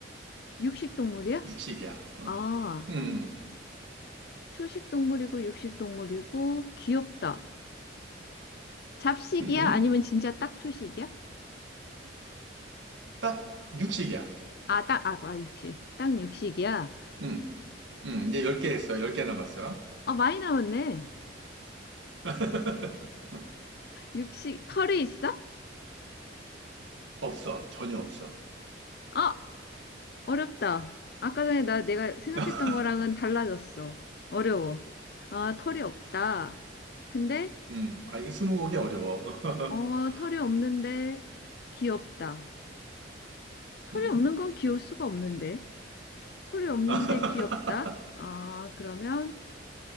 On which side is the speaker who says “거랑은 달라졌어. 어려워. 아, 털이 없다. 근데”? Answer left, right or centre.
Left